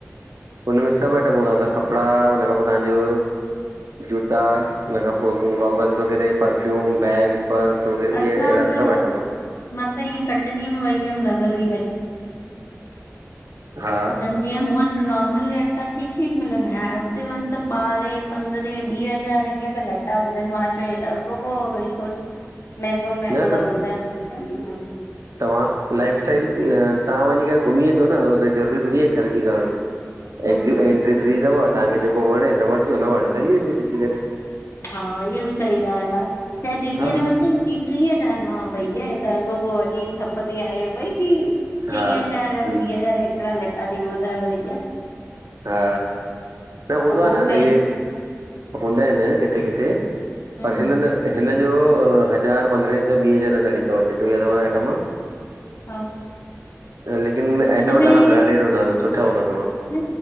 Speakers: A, on the right (about 75°); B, on the left (about 60°).
A: हुनमें सभु आइटम हूंदा त कपिड़ा हुन खां पोइ तव्हांजा जूता हुनन खां पोइ
B: अच्छा
A: गोगल्स वग़ैरह परफ्यूम बैग्स
B: हम्म।
A: पर्स वग़ैरह
B: असां
A: इहे अहिड़ा
B: त
A: सभु आइटम
B: मां त कटनी में वई हुयम लॻ लगल हुइ,
A: हा
B: जिय हुअ नो लटा ठीकु ठीकु मिलंदा हुते वञ त ॿारहें पंदरह वीह हज़ारअ ॿुधनि मां चयो हे अ हो बिल्कुलु महंगो महंगो
A: न त
B: था ॿुधाइन। <unintelligible>
A: तव्हां लाइफस्टाइल तव्हां वञी करे घुमी अचो न ज़रूरी थोड़ी आहे ख़रीदी करण।
B: हम्म
A: एक्सिट
B: हम्म
A: एंट्री फ्री अथव तव्हांखे जेको वणे त वठिजो न वणे त हली अचो ॾिसी करे।
B: हा इहा बि सही ॻाल्हि आहे छाहे दीदीअ
A: हा
B: न वरतई टीअ हज़ार मां। भईया है त अॻो पो वॾी थप थी हणे पई की चई
A: हा
B: हज़ार
A: जी
B: वीह हज़ार। <unintelligible> लटा दी ॿुधाए भईया।
A: हा न हूंदो
B: अॻोपो
A: आहे न
B: महंग
A: इहे हूंदा आहिनि न किथे किथे।
B: हम्म
A: पर हिननि
B: हम्म
A: हिननि <unintelligible> हज़ार पंद्रहें सै ॿी हज़ार ताईी अथव जेके बि अथव आइटम।
B: हा
A: लेकिन आइटम
B: हिन में
A: ॾाढा ब्रांडेड हूंदा अथव सुठा हूंदा अथव।
B: न